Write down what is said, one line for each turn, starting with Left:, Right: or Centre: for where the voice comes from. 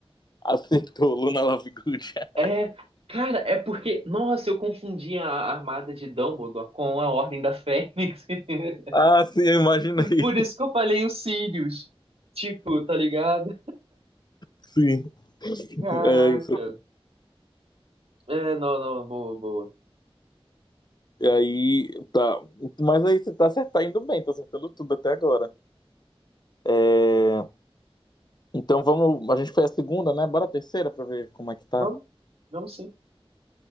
Left: Acertou, Luna Lovegood. <laughs>
Right: É, cara, é porque. Nossa, eu confundi a armada de Dumbledore com a Ordem da Fênix. <laughs>
Left: Ah, sim, eu imaginei.
Right: Por isso que eu falei os Sirius. Tipo, tá ligado?
Left: Sim,
Right: Caraca.
Left: é isso.
Right: É, não, não, boa, boa.
Left: E aí, tá. Mas aí você tá, você tá indo bem, tá acertando tudo até agora. É, Então vamos. A gente foi a segunda, né? Bora a terceira pra ver como é que tá.
Right: Vamos, vamos sim.